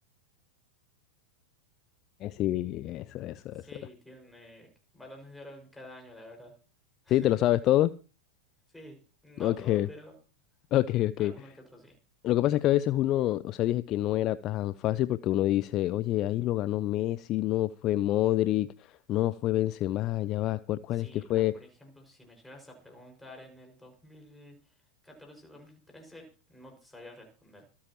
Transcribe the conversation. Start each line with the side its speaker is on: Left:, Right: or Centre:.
Left: Eh, sí, eso, eso,
Centre: Sí,
Left: eso.
Centre: tiene balones de oro en cada año, la verdad. <laughs>
Left: ¿Sí? ¿Te lo sabes todo?
Centre: Sí, no
Left: Ok,
Centre: todo,
Left: <laughs>
Centre: pero
Left: ok, ok.
Centre: alguno que otro sí.
Left: Lo que pasa es que a veces uno, o sea, dije que no era tan fácil porque uno dice, oye, ahí lo ganó Messi, no fue Modric, no fue Benzema, ya va, ¿cuál, cuál
Centre: Sí,
Left: es que fue?
Centre: ah, por ejemplo, si me llegas a preguntar en el 2014-2013, no te sabía responder.